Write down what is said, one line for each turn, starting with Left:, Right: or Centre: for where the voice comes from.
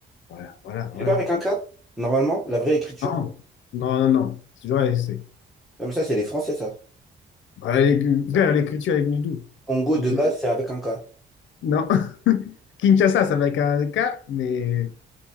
Left: Voilà, voilà,
Centre: C'est
Left: voilà.
Centre: pas avec un
Left: tu
Centre: K,
Left: vois.
Centre: normalement, la vraie écriture.
Left: Non, non, non. non. Tu vois, c'est-
Centre: Comme ça, c'est les Français, ça.
Left: Bah, l'éc- frère, l'écriture est venue d'où?
Centre: Congo
Left: Je-
Centre: de base, c'est avec un K.
Left: Non. <laughs> Kinshasa, ça va être un K, mais,